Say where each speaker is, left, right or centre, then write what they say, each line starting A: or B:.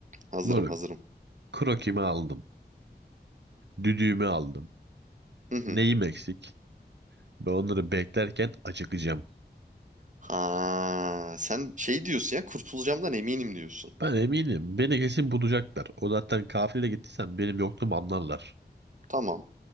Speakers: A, on the right (about 45°); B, on the right (about 80°).
A: Hazırım
B: Moruk
A: hazırım.
B: krokimi aldım. Düdüğümü aldım.
A: Hı hı.
B: Neyim eksik? Ben onları beklerken acıkacağım.
A: Ha, sen şey diyorsun ya kurtulacağımdan eminim diyorsun.
B: Ben eminim beni kesin bulacaklar. O zaten kafile gittiysen benim yokluğumu anlarlar.
A: Tamam.